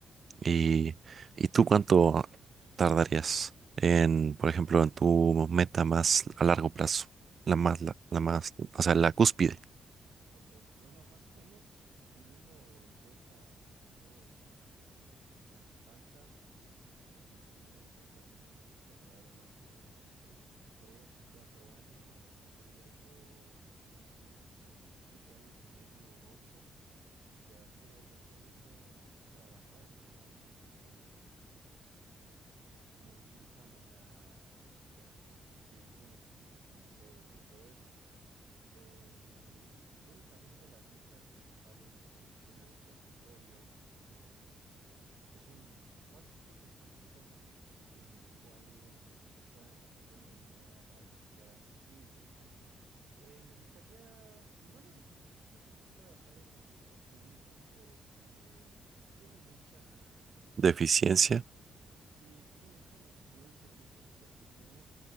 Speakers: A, on the right; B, on the right.
A: ¿Y, y tú cuánto tardarías en, por ejemplo, en tu meta más a largo plazo? La más, la, la más, o sea, la cúspide
B: Ok, bueno, más o menos teniendo en cuenta todo el tiempo que me, que me hace falta. Y teniendo en cuenta que es una especialidad de más o menos entre 3 y 4 años, tendría yo más o menos en 7 años y medio, 8 ya estaría yo pudiendo trabajar como un, este, un- como un cirujano ya, ya con tir, bueno, con, con mi cédula y todo eso. Em, uno también de las metas principales es poner un consultorio, poner este, pues un, ahora sí que un despachito, ¿no? En el cual pues puedas atender de manera particular a tus clientes, ¿no? Eh, me gustaría, no me gustaría mucho también trabajar en el sector público porque tiene mucha,
A: de
B: tiene
A: eficiencia.
B: muchas repercusiones. Sí, tiene mucha deficiencia y muchas repercusiones,